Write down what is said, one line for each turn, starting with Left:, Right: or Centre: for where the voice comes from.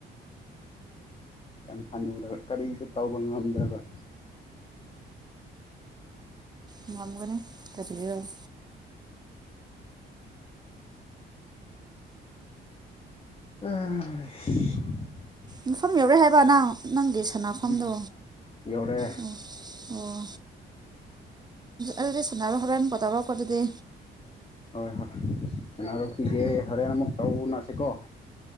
Left: ꯌꯥꯝ ꯍꯟꯅꯨꯔ ꯀꯔꯤꯁꯨ ꯇꯧꯕ ꯉꯝꯗ꯭ꯔꯒ
Right: ꯏꯝꯒꯔꯤ ꯇꯔꯤꯒꯕ
Left: ꯑ
Right: ꯃꯐꯝ ꯌꯧꯔꯦ ꯍꯥꯏꯕ ꯅꯪ ꯅꯪꯦ ꯁꯅꯥꯐꯝꯗꯣ
Left: ꯃꯐꯝ ꯌꯧꯔꯦ
Right: ꯑꯣ ꯑꯣ ꯑꯗꯨꯗꯤ ꯁꯅꯥꯔꯣ ꯍꯣꯔꯦꯜ ꯀꯣ ꯇꯧꯔꯛꯑꯣꯀꯣ ꯑꯗꯨꯗꯤ
Left: ꯍꯣꯏ ꯍꯣꯏ ꯁꯅꯥꯔꯨꯈꯤꯒꯦ ꯍꯣꯔꯦꯟ ꯑꯃꯨꯛ ꯇꯨꯅꯁꯤꯀꯣ